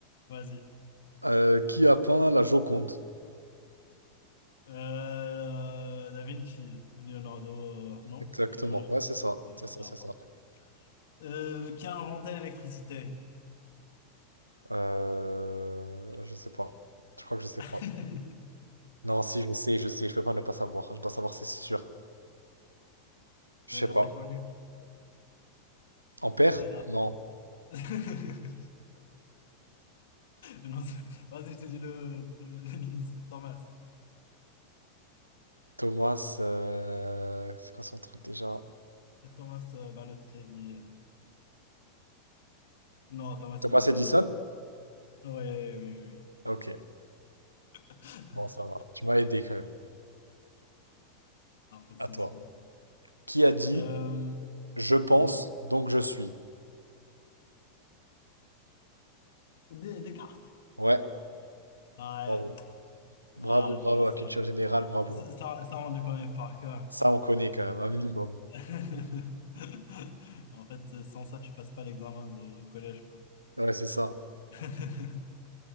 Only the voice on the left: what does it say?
Vas-y.
Euh, Da Vinci, Leonardo, euh, non?
Leonardo.
Ouais,
non,
parfait.
Euh, qui a inventé l'électricité?
<laughs>
Mais
elle
est très connue. hein.
C'est-
<laughs> Non, c'est- Vas-y, je te dis le, le- l'initiale. Thomas.
Thomas euh, Balotelli. Non, Thomas
Edison.
Ouais, oui,
oui.
<laughs>
Ah, en fait c'est
sûr.
Euh,
vas-y.
Des, Descartes.
Ouais,
ouais,
je, ça,
ça, ça- ça, on le connaît par cœur.
quoi.
<laughs> En fait, sans ça, tu passes pas l'examen de- du collège, quoi.
<laughs>